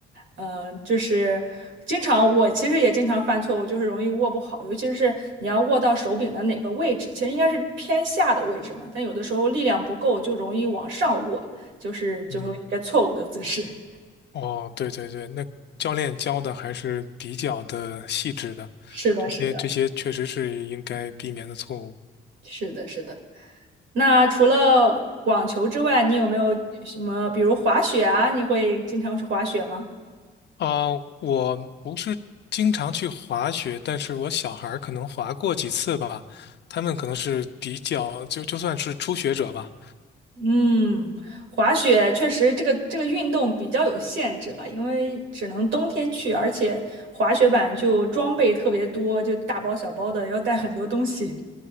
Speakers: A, on the right; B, on the left.
A: 嗯，呃就是经常我其实也经常犯错误，就是容易握不好，尤其是你要握到手柄的哪个位置，其实应该是偏下的位置嘛，但有的时候力量不够，就容易往上握，就是就是一个错误的姿势。
B: 嗯，
A: <laughs>
B: 哦，对对对，那教练教的还是比较的细致的，
A: 是的，
B: 这些这些确实是应该避免的错误。
A: 是的，是的，是的。那除了网球之外，你有没有什么，比如滑雪啊？你会经常去滑雪吗？
B: 啊、我不是经常去滑雪，但是我小孩儿可能滑过几次吧，他们可能是比较就就算是初学者吧。
A: 嗯，滑雪确实这个这个运动比较有限制了，因为只能冬天去，而且滑雪板就装备特别多，就大包小包的要带很多东西。